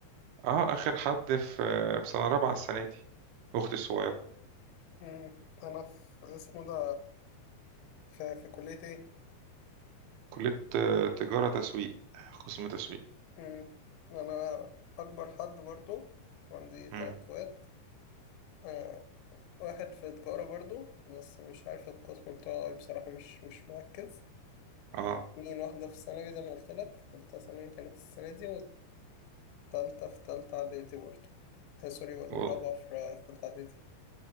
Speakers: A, on the right; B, on the left.
A: اه اخر حد في في سنه رابعه السنه دي اختي الصغيره
B: أمم، أنا في اسمه ده في, في كلية إيه
A: كليه آه، تجاره تسويق قسم تسويق
B: أمم، أنا أكبر حد برضو عندي تلات
A: امم
B: أخوات آه، واحد في تجارة برضو بس مش عارف القسم بتاعه إيه بصراحة مش مش مركز
A: اه
B: اتنين واحدة في ثانوي زي ما قلت لك في تالتة ثانوي كانت السنة دي والتالتة في تالتة إعدادي برضو آه، سوري الرابعة
A: والله
B: في في تالتة إعدادي